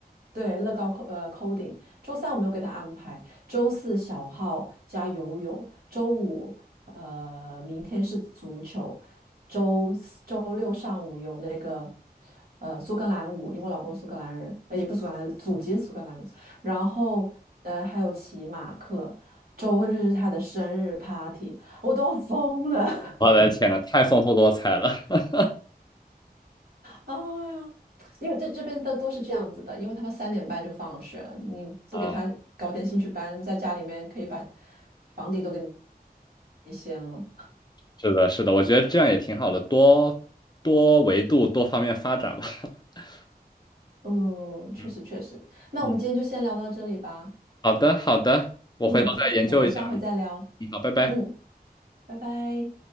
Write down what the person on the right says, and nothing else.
对乐高扣呃 coding，周三我没有给他安排，周四小号加游泳，周五呃明天是足球，周四周六上午有那个呃苏格兰舞，因为我老公苏格兰人，呃也不是苏格兰，祖籍是苏格兰的。然后呃还有骑马课，周日是他的生日 party，我都要疯了，
<laughs>
哎呀，因为这这边的都是这样子的，因为他们三点半就放学了，你不给他搞点兴趣班，
在家里面可以把房顶都给你掀了。
嗯，确实确实，
那我们今天就先聊到这里吧。
嗯，我们下回再聊。
嗯，拜拜。